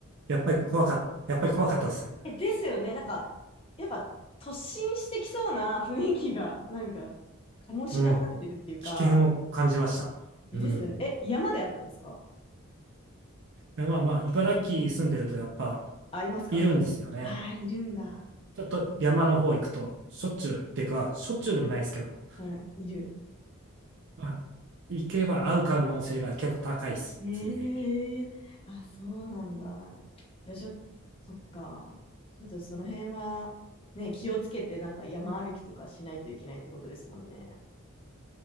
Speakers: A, on the right (about 55°); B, on the left (about 25°).
A: やっぱり怖かった、やっぱり怖かったです。
B: え、ですよね。なんか、やっぱ突進してきそうな雰囲気が、なんか、醸し出されてるっていうか、
A: うん。危険を感じました。
B: え、
A: うん。
B: ですよね。
A: い
B: え、山であったんですか
A: やまあまあ、茨城住んでるとやっぱ
B: あ、いますかあー、
A: いるんですよね。
B: いるんだ。
A: ちょっと山の方行くと、しょっちゅう出くわ、しょっちゅうでもないですけど、
B: うん、いる。
A: まあ、行けば会う可能性が結構高いですね。
B: ええあ、そうなんだ。じゃあちょっと、そっか。ちょっとその辺は、ね、気をつけて、なんか山歩きとかしないといけないってことですもんね。